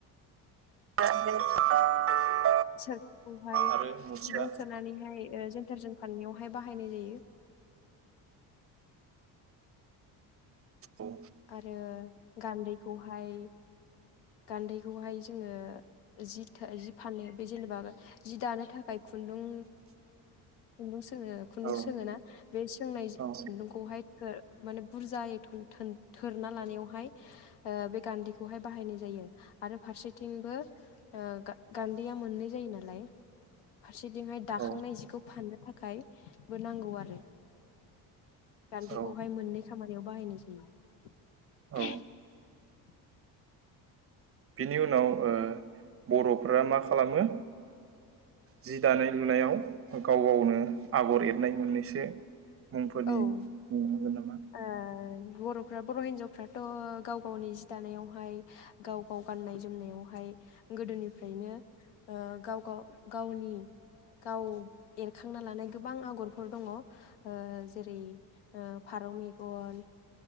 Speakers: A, on the right; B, on the left.
A: <unintelligible>
B: सोरखिखौहाय खुन्दुं
A: आरो मुस्रा
B: सोनानैहाय ओ जों टारजों फाननायावहाय बाहायनाय जायो
A: औ
B: आरो गान्दै खौहाय गान्दैखौहाय जोङो जि थो जि फानो बे जेनेबा जि दानो थाखाय खुन्दुं खुन्दुं सोङो खुन्दुं
A: औ
B: सोङो ना बे सोंनाय
A: औ
B: खुन्दुंखौहाय खो माने बुरजायै थन‌ थो थोरना लानायावहाय ओ बे गान्दैखौहाय बाहायनाय जायो आरो फारसेथिंबो ओ गान्दैया मोननै जायो नालाय फारसेथिंहाय दाखांनाय
A: औ
B: जिखौ फानदों थाखायबो नांगौ आरो गानदैखौहाय
A: औ
B: मोननै खामानि <unintelligible> बाहायनाय जायो <unintelligible>
A: औ बिनि उनाव बर'फोरा मा खालामो जि दानाय लुनायाव गाव गावनो आगर एरनाय मोननैसो मुंफोरनि
B: औ
A: मुं मोनगोन नामा?
B: ओ बर'फ्रा बर' हिन्जावफ्राथ' गाव गावनि जि दानायावहाय गाव गाव गाननाय जोमनायावहाय गोदोनिफ्रायनो गाव गाव गावनि गाव एरखांना लानाय गोबां आगरफोर दङ ओ <unintelligible> फारौ मेगन